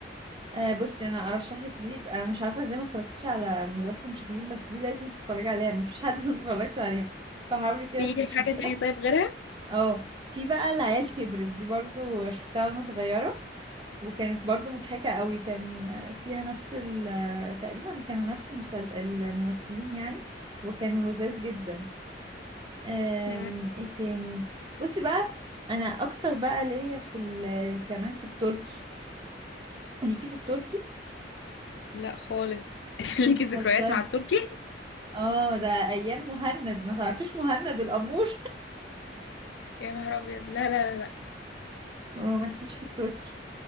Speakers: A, on the right (about 25°); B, on the left (about 75°).
A: آه، بصي انا ارشح لك دي انا مش عارفه ازاي ما اتفرجتيش على مدرسه المشاغبين بس دي لازم تتفرجي عليها مفيش حد ما اتفرجش عليها فحاولي كده
B: في
A: تبقي تشوفيها
B: حاجه تانية طيب غيرها
A: اه في بقى العيال كبرت دي برضو شفتها وانا صغيره وكانت برضو مضحكه قوي كان آه، فيها نفس ال- آه، تقريبا كانوا نفس المسل- الممثلين يعني وكانوا لذاذ جدا أم،
B: مم،
A: ايه تاني بصي بقى انا اكتر بقى ليا في ال- كمان في التركي ليكي في التركي
B: لا خالص <laughs> ليكي
A: بتهزري
B: ذكريات مع التركي
A: اه ده ايام مهند ما تعرفيش مهند الامور
B: <laughs> يا نهار ابيض لا لا لا لا
A: <laughs> اه ما ليكيش في التركي